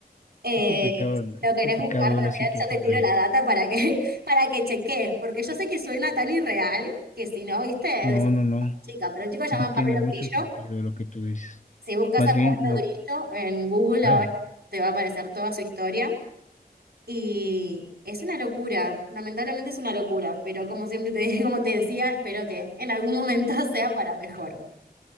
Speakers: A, on the right; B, on the left.
A: Eh,
B: Qué complicado,
A: si lo
B: qué
A: querés
B: complicado
A: buscar también,
B: es la situación
A: yo te tiro
B: ahí.
A: la data para que, <laughs> para que cheques, porque yo sé que suena tan irreal que si no, viste, decís,
B: No, no, no,
A: chica, pero el chico se llama
B: no
A: Pablo
B: tiene mucho
A: Grillo.
B: sentido lo que tú dices.
A: Si buscas
B: Más
A: a
B: bien,
A: Pablo
B: lo,
A: Grillo en Google
B: dale.
A: ahora, te va a aparecer toda su historia. Y es una locura, lamentablemente es una locura, pero como siempre te, <laughs> como te decía, espero que en algún momento <laughs> sea para mejor.